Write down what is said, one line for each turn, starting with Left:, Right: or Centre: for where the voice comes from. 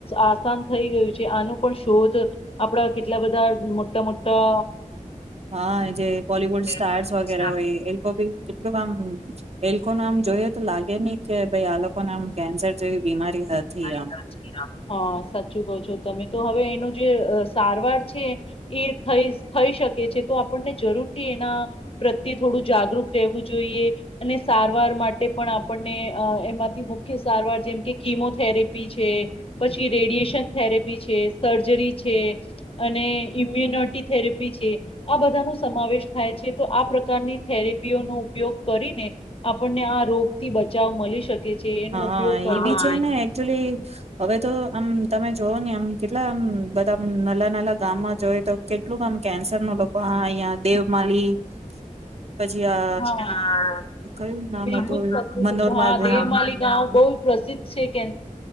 Left: આસાન થઈ ગયું છે. આનું પણ શોધ આપણા કેટલા બધા મોટા મોટા.
Right: હા જે બોલવુડ સ્ટાર્સ
Left: પોલીસ
Right: વગેરે હોય એ લોકો ભી કેટલું આમ એ લોકોને આમ જોઈએ તો લાગે નહી કે ભાઈ આ લોકોને આમ કેન્સર જેવી બીમારી હતી આમ્.
Left: <unintelligible> હા. સાચું કહો છો તમે તો હવે એનો. જે સારવાર છે એ થ‌ઈ થઈ શકે છે તો આપણને જરૂરથી એના પ્રત્યે થોડું જાગૃત રહેવું જોઈએ. અને સારવાર માટે પણ આપણને એમાંથી મુખ્ય સારવાર જેમ કે કિમો થેરેપી. છે પછી રેડિએશન થેરેપી છે, સર્જરી છે અને ઇમ્યુનટી થેરેપી છે. આ બધાનો સમાવેશ થાય છે તો આ પ્રકારની થેરેપીઓનો ઉપયોગ કરીને આપણને આ રોગથી બચાવ મળી શકે છે. જે એનો
Right: હા
Left: ઉપયોગ કરવો
Right: એ બી છે
Left: જોઈ.
Right: ને એકચુલી હવે તો.. આમ્ તમે જોઓને આમ્ કેટલા આમ્ બધા નાના નાના ગામમાં જોઇએ તો કેટલુંક આમ કેન્સરના લોકો આ અહીં આ દેવમાલી પછી આ
Left: હા
Right: કયું નામ
Left: બિલકુલ
Right: હતું?
Left: સાચું
Right: મનોરમાધયમ.
Left: સાચું હા દેવમાલી ગાંવ બહુ જ પ્રસિદ્ધ છે કે